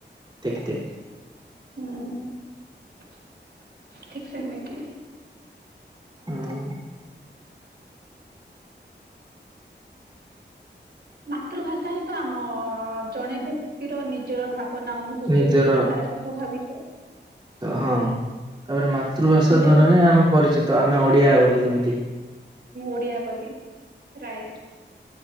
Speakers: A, on the right; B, on the right.
A: ଠିକ ଠିକ।
B: ହୁଁ ଠିକ୍ ସେମିତି
A: ହଁ ଅଁ
B: ମାତୃଭାଷା ହିଁ ତ ଆମ ଅଅ ଜଣେ ବ୍ୟକ୍ତିର ନିଜର ଭା ଭାବନା ଅନୁଭୂତି
A: ନିଜର
B: ଓ ଚିନ୍ତାଧାରାକୁ ସ୍ୱାଭାବିକ
A: ହଁ ତାପରେ ମାତୃଭାଷା
B: ନିଜର
A: ଦ୍ଵାରା ହିଁ ଆମେ ପରିଚିତ ଆମେ ଓଡିଆ ବୋଲି ଯେମ ତି,
B: ଓଡିଆ ବୋଲି ରାଇଟ୍।